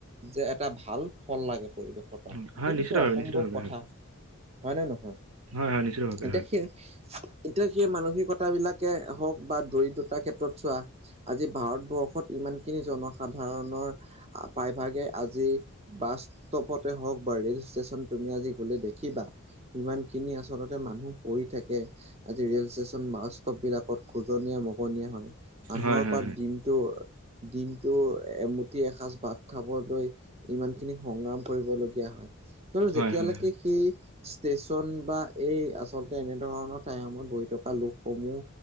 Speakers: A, on the right; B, on the right.
A: যে এটা ভাল ফল লাগে। পৰিৱেশ সেইটোতো
B: উম, হয় নিশ্চিতভাৱে
A: অসম্ভৱ
B: নিশ্চিতভাৱে
A: কথা,
B: হয়
A: হয় নে নহয়
B: হয় হয় নিশ্চিতভাৱে
A: এতিয়া
B: হয়
A: সেই এতিয়া সেই মানসিকতা বিলাকে হওক বা দৰিদ্ৰতাৰ ক্ষেত্ৰত চোৱা আজি ভাৰতবৰ্ষত ইমান খিনি জনসাধাৰণৰ প্ৰায়ভাগে আজি বাছ ষ্টপতে হওক বা ৰেল ষ্টেচন তুমি আজি গলে দেখিবা ইমান খিনি আচলতে মানুহ পৰি থাকে। আজি ৰেল ষ্টেচন, বাছ ষ্টপ বিলাকত খোজনীয়া মগনীয়া হয়। মানুহৰ
B: হয় হয়
A: পৰা দিন তহ, দিনটো এমুঠি এসাঁজ ভাত খাবলৈ ইমান খিনি সংগ্ৰাম কৰিবলগীয়া হয়। তহ
B: হয়
A: যেতিয়ালৈকে
B: হয়
A: সেই ষ্টেচন বা এই আচলতে এনেধৰণৰ। টাইমত বহি থকা লোকসমূহ